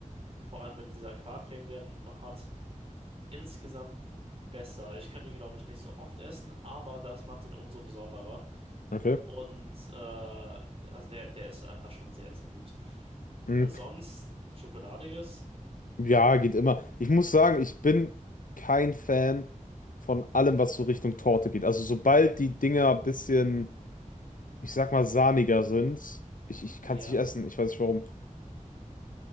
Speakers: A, on the right; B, on the left.
A: vor allem mit dieser Quarkcreme, die er noch hat, insgesamt besser. Ich könnte ihn, glaube ich, nicht so oft essen, aber das macht ihn umso besonderer.
B: Okay.
A: Und äh, also der, der ist einfach schon sehr, sehr gut.
B: Hm,
A: Äh, sonst Schokoladiges,
B: Ja, geht immer. Ich muss sagen, ich bin kein Fan von allem, was so Richtung Torte geht. Also sobald die Dinger ein bisschen, ich sag mal, sahniger sind, ich, ich kann
A: ja,
B: es nicht essen. Ich weiß nicht warum.